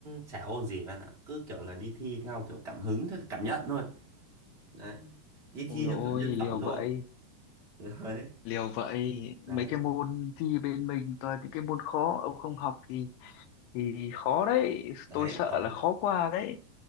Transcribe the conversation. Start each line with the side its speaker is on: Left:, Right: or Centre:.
Right: chả ôn gì bạn ạ, cứ kiểu là đi thi theo kiểu cảm hứng theo cảm nhận thôi. Đấy. Đi
Left: Ôi
Right: thi
Left: dồi
Right: theo
Left: ôi,
Right: kiểu nhân
Left: liều
Right: phẩm thôi.
Left: vậy,
Right: <laughs> Đấy,
Left: liều vậy.
Right: đấy,
Left: Mấy cái môn thi bên mình toàn những cái môn khó, ông không học thì thì khó đấy.
Right: đấy,
Left: Tôi sợ
Right: khó
Left: là khó qua đấy.